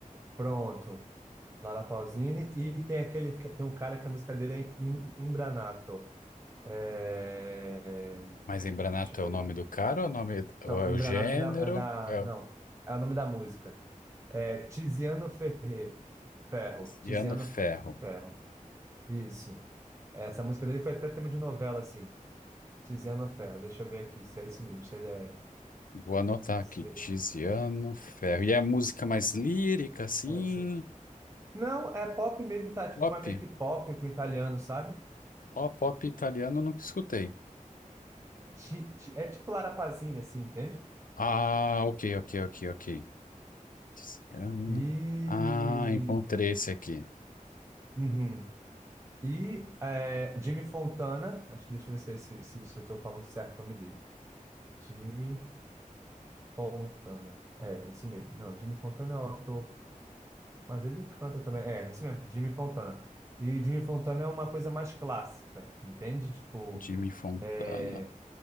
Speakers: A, on the right (about 20°); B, on the left (about 80°).
A: Pronto, Laura Pausini. E tem aquele, tem um cara que a música dele é Im- Imbranato. É,
B: mas Embranato
A: deixa eu ver.
B: é o nome do cara, ou é o nome ou
A: Não,
B: é
A: Imbranato
B: o gênero?
A: é da, é da-
B: É o
A: Não, é o nome da música. É Tiziano Ferre, Ferro.
B: Tiziano
A: Tiziano
B: Ferro.
A: Ferro. Isso. Essa música dele foi até tema de novela, assim. Tiziano Ferro. Deixa eu ver aqui se é isso mesmo. Se ele é.
B: Vou anotar
A: Se...
B: aqui, Tiziano Ferro. E é música mais lírica, assim,
A: É isso. aí. Não, é pop mesmo, tá? Tipo
B: pop.
A: uma meio que pop com italiano, sabe?
B: Ó, pop italiano eu nunca escutei.
A: Ti- ti- É tipo Lara Pazzini, assim, entende?
B: Ah, ok, ok, ok, ok. Desgrama.
A: E.
B: Ah, encontrei esse aqui.
A: Uhum. E é, Jimmy Fontana. Acho que deixa eu ver se, é esse- se, se eu tô falando certo o nome dele. Jimmy Fontana. É, isso mesmo. Não, Jimmy Fontana é o autor. Mas ele canta também. É, isso mesmo, Jimmy Fontana. E Jimmy Fontana é uma coisa mais clássica, entende? Tipo,
B: Jimmy Fontana.
A: é,